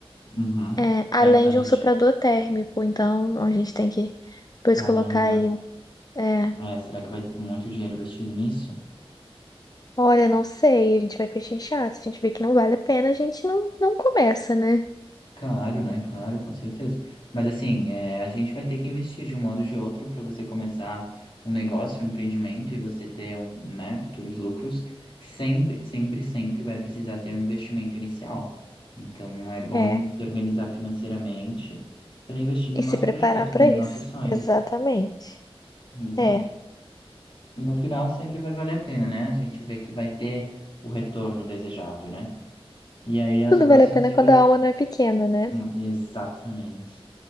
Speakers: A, on the left; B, on the left.
A: Uhum.
B: É, além
A: É, a
B: de
A: gente.
B: um soprador térmico. Então, a gente tem que depois
A: Caramba.
B: colocar aí. é,
A: É, será que vai muito dinheiro investido nisso?
B: olha, não sei, a gente vai pechinchar. Se a gente vê que não vale a pena, a gente não, não começa, né?
A: Claro, né? Claro, com certeza. Mas assim, é, a gente vai ter que investir de um modo ou de outro para você começar um negócio, um empreendimento e você ter, um, né, futuros lucros. Sempre, sempre, sempre vai precisar ter um investimento inicial. Então é bom
B: É, é.
A: a gente se organizar financeiramente para investir no
B: E
A: nosso
B: se preparar
A: projeto,
B: para
A: né, no nosso
B: isso.
A: sonho.
B: Exatamente.
A: Exato.
B: É.
A: E no final sempre vai valer a pena, né? A gente vê que vai ter o retorno desejado, né? E aí os
B: Tudo
A: próximos
B: vale a pena
A: investimentos.
B: quando a alma não é pequena, né?
A: Exatamente.